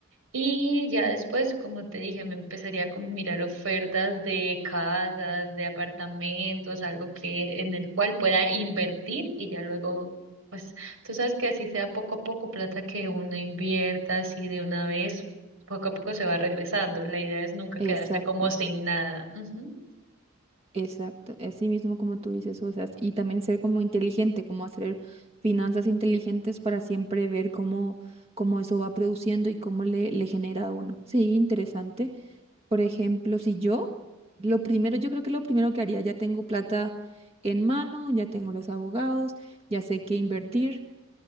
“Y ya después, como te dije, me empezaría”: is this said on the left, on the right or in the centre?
Right